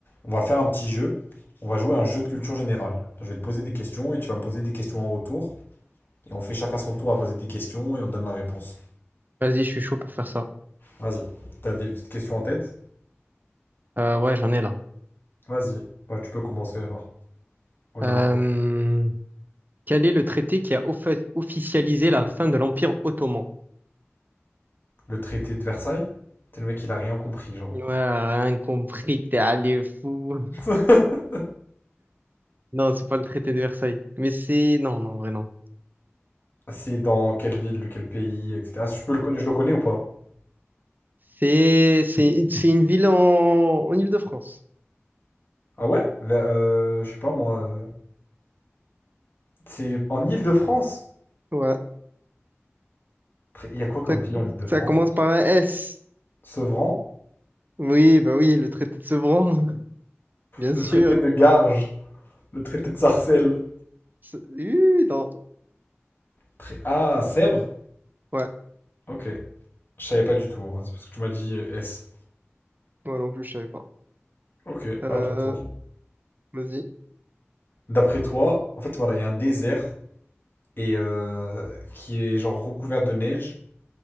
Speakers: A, on the left; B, on the right.
A: On va faire un petit jeu. On va jouer à un jeu de culture générale. Je vais te poser des questions et tu vas me poser des questions en retour. Et on fait chacun son tour à poser des questions et on donne la réponse.
B: Vas-y, je suis chaud pour faire ça.
A: Vas-y. T'as des petites questions en tête?
B: Euh, ouais, j'en ai là.
A: Vas-y. Bah, tu peux commencer alors. Honneur
B: Euh,
A: à toi.
B: quel est le traité qui a offe- officialisé la fin de l'Empire ottoman?
A: Le traité de Versailles? C'est le mec, il a rien compris, genre.
B: Ouais, rien compris, t'es allé fou.
A: <laughs>
B: Non, c'est pas le traité de Versailles. Mais c'est... Non, non, en vrai, non.
A: C'est dans quelle ville, quel pays, etc. Je peux le connaître, je le connais ou pas?
B: C'est c'est c'est une ville en, en Île-de-France.
A: Ah ouais? Ver- euh, je sais pas moi. euh, C'est en Île-de-France.
B: Ouais.
A: Tra- Il y a quoi comme
B: Ça,
A: ville en Île-de-France?
B: ça commence par un S.
A: Sevran?
B: Oui, bah oui, le traité de Sevran. <laughs> Bien
A: Le
B: sûr.
A: traité de Garges. Le traité de Sarcelles.
B: C'est- Uh, non.
A: Très- Ah, Sèvres?
B: Ouais.
A: Ok. Je savais pas du tout, hein. C'est parce que tu m'as dit euh, S.
B: Moi non plus, je savais pas.
A: Ok,
B: Euh,
A: à ton tour.
B: vas-y.
A: D'après toi, en fait, voilà, il y a un désert et euh, qui est genre recouvert de neige